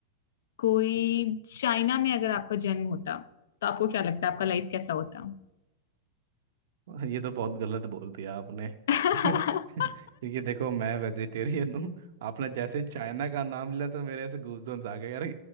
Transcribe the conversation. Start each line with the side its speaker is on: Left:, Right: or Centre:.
Left: कोई चाइना में अगर आपका जन्म होता तो आपको क्या लगता है आपका लाइफ कैसा होता
Right: ये तो बहुत गलत बोल दिया आपने
Left: <laughs>
Right: क्यों <laughs> क्योंकि देखो मैं वेजिटेरियन हूँ आपने जैसे चाइना का नाम लिया तो मेरे ऐसे गूजबम्स आ गए यार